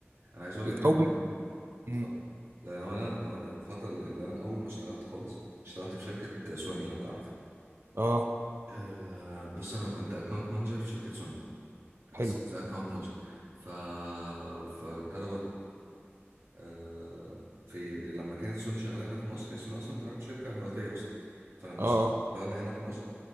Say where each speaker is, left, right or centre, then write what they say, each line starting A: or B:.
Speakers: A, on the right; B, on the right.
A: انا عايز اقول لك ان
B: او
A: انا
B: ب... مم.
A: اتفضل لو انا لو انا الفتره اللي اللي انا اول ما اشتغلت خالص اشتغلت في شركه سوني لو تعرف
B: اه
A: أه بص انا كنت اكونت مانجر في شركه سوني
B: حلو
A: سيلز اكونت مانجر ف فابتدى آه، في لما كانت سوني شغاله هنا في مصر هي سوني اصلا انت عارف شركه اماراتيه اصلا فلما
B: اه
A: اشتغلنا
B: آه،
A: هنا في مصر